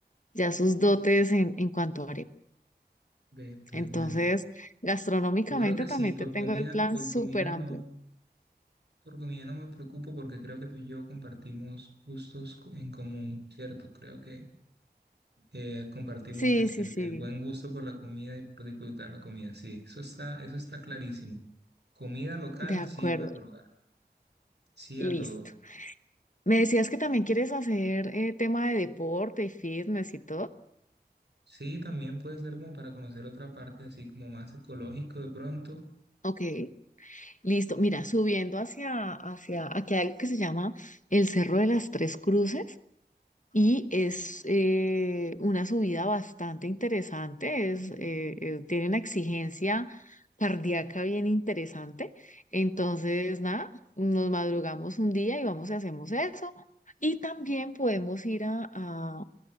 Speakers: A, on the left; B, on the right.
A: ya sus dotes en, en cuanto a arepa.
B: Ve, pues
A: Entonces,
B: bueno,
A: gastronómicamente
B: yo creo que sí,
A: también
B: por
A: te tengo
B: comida,
A: el plan
B: por
A: súper
B: comida
A: amplio.
B: no, por comida no me preocupo porque creo que tú y yo compartimos gustos co- en común, ¿cierto? Creo que eh, compartimos
A: Sí,
B: el,
A: sí,
B: el-
A: sí,
B: el buen gusto por la comida y por disfrutar la comida. Sí, eso está, eso está clarísimo. Comida local,
A: de acuerdo,
B: sí voy a probar. Sí
A: listo.
B: a todo.
A: Me decías que también quieres hacer eh, tema de deporte y fitness y todo.
B: Sí, también puede ser como para conocer otra parte, así como más ecológico de pronto.
A: Ok, listo. Mira, subiendo hacia, hacia aquí hay algo que se llama el Cerro de las Tres Cruces y es eh, una subida bastante interesante. Es, eh, eh, tiene una exigencia cardíaca bien interesante. Entonces, nada, nos madrugamos un día y vamos y hacemos eso. Y también podemos ir a, a